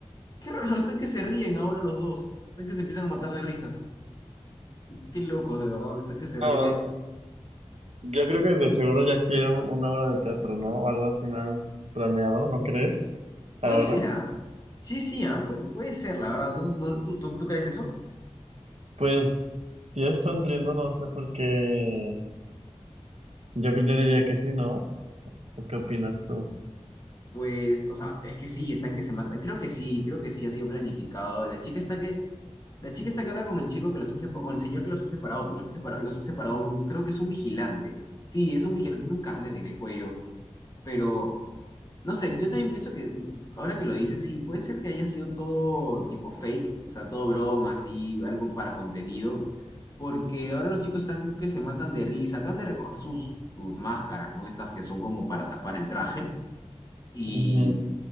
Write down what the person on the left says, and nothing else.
qué raro, están que se ríen ahora los dos, están que se empiezan a matar de risa, qué locos, de verdad, están que se ríen.
Puede
ser, ¿ah? Sí, sí, ¿ah? Puede, puede ser, la verdad. No, no- ¿tú, tú, tú crees eso?
Pues, o sea, es que sí, están que se matan. Creo que sí, creo que sí ha sido planificado. La chica está que, la chica está que habla con el chico que los ha separado, con el señor que los ha separado, porque los ha separado, los ha separado un, creo que es un vigilante. Sí, es un vigilante, tiene un carnet en el cuello, pero No sé, yo también pienso que, ahora que lo dices, sí, puede ser que haya sido todo tipo fake, o sea, todo broma, así, algo para contenido, porque ahora los chicos están que se matan de risa, acaban de recoger sus, sus máscaras, ¿no? Estas que son como para tapar el traje, y,